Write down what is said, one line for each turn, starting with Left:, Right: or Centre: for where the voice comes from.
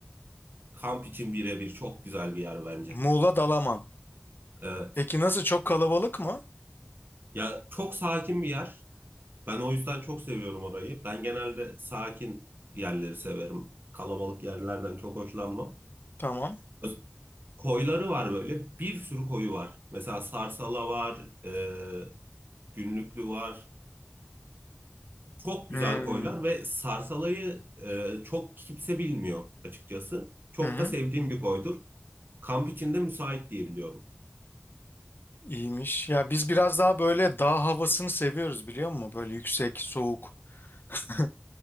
Right: Kamp için birebir çok güzel bir yer bence.
Left: Muğla Dalaman.
Right: Evet.
Left: Peki nasıl çok kalabalık mı?
Right: Ya çok sakin bir yer. Ben o yüzden çok seviyorum orayı. Ben genelde sakin yerleri severim. Kalabalık yerlerden çok hoşlanmam.
Left: Tamam.
Right: Öz- Koyları var böyle. Bir sürü koyu var. Mesela Sarsala var, e, Günlüklü var. Çok
Left: Hmm.
Right: güzel koylar ve Sarsala'yı e, çok kimse bilmiyor açıkçası. Çok
Left: Hı hı.
Right: da sevdiğim bir koydur. Kamp içinde müsait diye biliyorum.
Left: İyiymiş. Ya biz biraz daha böyle dağ havasını seviyoruz biliyor musun? Böyle yüksek, soğuk. <laughs>